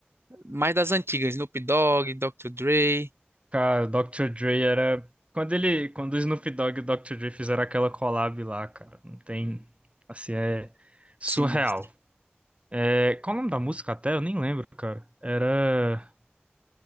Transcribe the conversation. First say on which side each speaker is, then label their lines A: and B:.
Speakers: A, on the right; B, on the right.
A: mais das antigas, Snoop Dogg, Dr. Dre,
B: Cara, o Dr. Dre era. Quando ele. Quando o Snoop Dogg e o Dr. Dre fizeram aquela collab lá, cara. Não tem. Assim, é surreal.
A: sinistro.
B: É... Qual o nome da música até? Eu nem lembro, cara. Era.